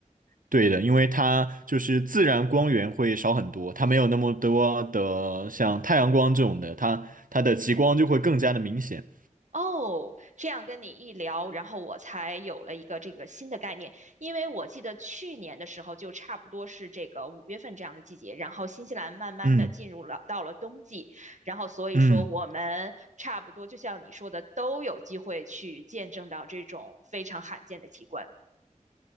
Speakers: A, on the right (about 80°); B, on the right (about 60°).
A: 对的，因为它就是自然光源会少很多，它没有那么多的像太阳光这种的，它它的极光就会更加的明显。
B: 哦，这样跟你一聊，然后我才有了一个这个新的概念。因为我记得去年的时候，就差不多是这个五月份这样的季节，然后新西兰慢慢的进入了到了冬季，
A: 嗯
B: 然后所以说我们差不多就像你说的，
A: 嗯。
B: 都有机会去见证到这种非常罕见的奇观。